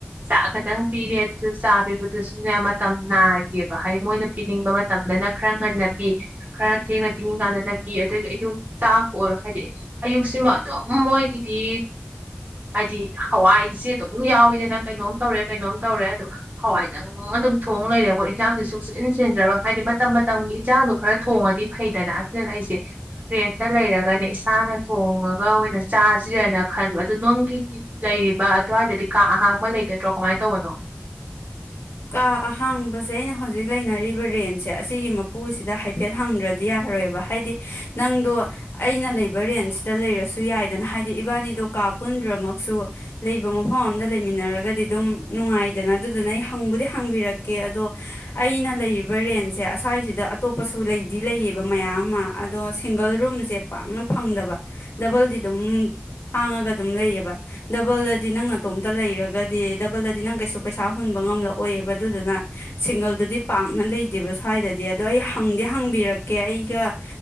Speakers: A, on the right; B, on the left.
A: ꯆꯥꯛ ꯈꯛꯇꯪ ꯄꯤꯔꯦ ꯑꯗꯨꯁꯨ ꯆꯥ ꯄꯤꯕꯗꯨꯁꯨꯅꯦ ꯃꯇꯝ ꯅꯥꯏꯗꯦꯕ ꯍꯥꯏꯗꯤ ꯃꯣꯏꯅ ꯄꯤꯅꯤꯡꯕ ꯃꯇꯝꯗꯅ ꯈꯔ ꯉꯟꯅ ꯄꯤ ꯈꯔ ꯊꯦꯡꯅ ꯄꯤꯅꯤꯡ ꯀꯥꯟꯗꯅ ꯄꯤ ꯑꯗꯒꯤ ꯑꯌꯨꯛ ꯆꯥꯛꯄ ꯑꯣꯏꯔꯣ ꯍꯥꯏꯗꯤ ꯑꯌꯨꯛꯁꯤꯃ ꯑꯗꯨꯝ ꯃꯣꯏꯒꯤꯗꯤ ꯍꯥꯏꯗꯤ ꯍꯋꯥꯏꯁꯦ ꯑꯗꯨꯝ ꯌꯥꯎꯋꯤꯗꯅ ꯀꯩꯅꯣꯝ ꯇꯧꯔꯦ ꯀꯩꯅꯣꯝ ꯇꯧꯔꯦ ꯑꯗꯨꯗ ꯍꯋꯥꯏꯗꯪ ꯑꯗꯨꯝ ꯊꯣꯡ ꯂꯩꯔꯦ ꯑꯩꯈꯣꯏ ꯏꯟꯖꯥꯡꯗꯨ ꯁꯨꯆꯤꯟ ꯁꯤꯟꯗ꯭ꯔꯕ ꯍꯥꯏꯗꯤ ꯃꯇꯝ ꯃꯇꯝꯒꯤ ꯏꯟꯖꯥꯡꯗꯣ ꯈꯔ ꯊꯣꯡꯉꯗꯤ ꯐꯩꯗꯅ ꯑꯗꯨꯗꯅ ꯑꯩꯁꯦ ꯔꯦꯟꯇ ꯂꯩꯔꯒꯅ ꯏꯁꯥꯅ ꯊꯣꯡꯉꯒ ꯑꯣꯏꯅ ꯆꯥꯁꯤꯔꯅ ꯈꯟꯕ ꯑꯗꯨ ꯅꯪꯒꯤ ꯂꯩꯔꯤꯕ ꯑꯗꯨꯋꯥꯏꯗꯗꯤ ꯀꯥꯛ ꯑꯍꯥꯡꯕ ꯂꯩꯒꯗ꯭ꯔꯣ ꯀꯃꯥꯏꯅ ꯇꯧꯕꯅꯣ
B: ꯀꯥ ꯑꯍꯥꯡꯕꯁꯦ ꯑꯩꯅ ꯍꯧꯖꯤꯛ ꯂꯩꯅꯔꯤꯕ ꯔꯦꯟꯁꯦ ꯑꯁꯤꯒꯤ ꯃꯄꯨꯁꯤꯗ ꯍꯥꯏꯐꯦꯠ ꯍꯪꯗ꯭ꯔꯗꯤ ꯌꯥꯔꯣꯏꯕ ꯍꯥꯏꯗꯤ ꯅꯪꯗꯣ ꯑꯩꯅ ꯂꯩꯕ ꯔꯦꯟꯁꯤꯗ ꯂꯩꯔꯁꯨ ꯌꯥꯏꯗꯅ ꯍꯥꯏꯗꯤ ꯏꯕꯥꯅꯤꯗꯣ ꯀꯥ ꯄꯨꯟꯗ꯭ꯔꯃꯛꯁꯨ ꯂꯩꯕ ꯃꯐꯝ ꯑꯝꯗ ꯂꯩꯃꯤꯟꯅꯔꯒꯗꯤ ꯑꯗꯨꯝ ꯅꯨꯡꯉꯥꯏꯗꯅ ꯑꯗꯨꯗꯨꯅ ꯑꯩ ꯪꯕꯨꯗꯤ ꯍꯥꯡꯕꯤꯔꯛꯀꯦ ꯑꯗꯣ ꯑꯩꯅ ꯂꯩꯔꯤꯕ ꯔꯦꯟꯁꯦ ꯑꯁ꯭ꯋꯥꯏꯁꯤꯗ ꯑꯇꯣꯞꯄꯁꯨ ꯂꯩꯗꯤ ꯂꯩꯌꯦꯕ ꯃꯌꯥꯝ ꯑꯃ ꯑꯗꯣ ꯁꯤꯡꯒꯜ ꯔꯨꯝꯁꯦ ꯄꯥꯛꯅ ꯐꯪꯗꯕ ꯗꯕꯜꯗꯤ ꯑꯗꯨꯝ ꯍꯥꯡꯉꯒ ꯑꯗꯨꯝ ꯂꯩꯌꯦꯕ ꯗꯕꯜꯗꯗꯤ ꯅꯪ ꯑꯇꯣꯝꯇ ꯂꯩꯔꯒꯗꯤ ꯗꯕꯜꯗꯗꯤ ꯅꯪ ꯀꯩꯁꯨ ꯄꯩꯁꯥ ꯍꯨꯟꯕ ꯉꯝꯂꯛꯑꯣꯏꯑꯕ ꯑꯗꯨꯗꯨꯅ ꯁꯤꯡꯒꯜꯗꯨꯗꯤ ꯄꯥꯛꯅ ꯂꯩꯇꯦꯕ ꯁ꯭ꯋꯥꯏꯗꯗꯤ ꯑꯗꯣ ꯑꯩ ꯍꯪꯗꯤꯦ ꯍꯪꯕꯤꯔꯛꯀꯦ ꯑꯩꯒ